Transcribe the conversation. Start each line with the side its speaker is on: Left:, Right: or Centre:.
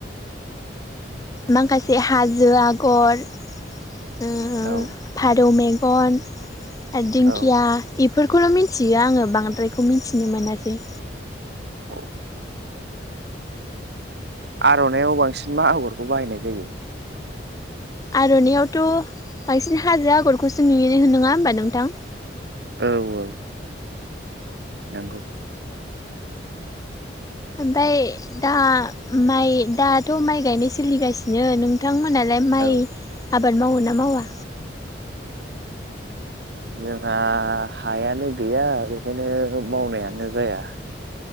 Left: माखासे हाजो आगर, ओ
Right: औ
Left: फारौ मेगन आरो दिंखिया
Right: औ
Left: बेफोरखौल' मिथियो आङो बांद्रायखौ मिथिनो मोनासै।
Right: औ <inaudible> आर'नायइाव बांसिन मा आगरखौ बाहायनाय जायो?
Left: आर'नायइयावथ' बांसिन हाजो आगरखौसो नुयनो होनोङा होमबा नोंथां?
Right: औ औ नंगौ
Left: ओमफफ्राय दा माइ दाथ' माइ गायनाय सोलिगासिनो नोंथां मोनहालाय माइ
Right: औ
Left: आबाद मावो ना मावा?
Right: जोंहा हायानो गैया बेखायनो मावनायानो जाया।